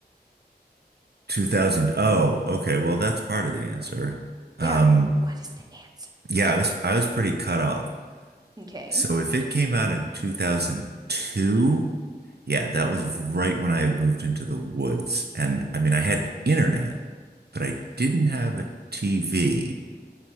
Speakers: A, on the right; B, on the right.
A: 2000. Oh, okay. Well, that's part of the answer.
B: Yeah,
A: Um,
B: what is the answer?
A: yeah, I was I was pretty cut off.
B: Okay.
A: So if it came out in 2002, yeah, that was right when I had moved into the woods. And I mean, I had internet, but I didn't have a TV.